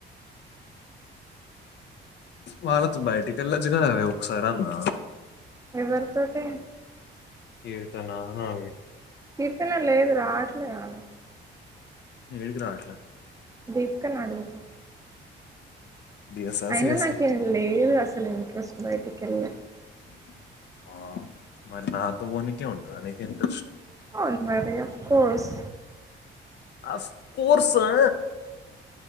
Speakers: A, on the left; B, on the right.
A: వాళ్ళతో బయటికి వెళ్ళొచ్చుగదనే ఒక్కసారి అన్నా
B: ఎవరి తోటే
A: కీర్తనా అ
B: కితనల్ లేదు రాట్ రాలా
A: ఏది రాట్ల
B: దీపికనడుగుతా
A: డిఎస్ఆ
B: అయిన
A: సిఎస్ఆ
B: నాకే ఏం లేదు అసలు ఇంట్రెస్ట్ బయటికెల్ల
A: ఆ మరి నాతో వునికే ఉంటద నీక్ ఇంట్రెస్ట్
B: అవున్ మరి ఆఫ్ కోర్స్
A: అఫ్ కోర్స్ ఆ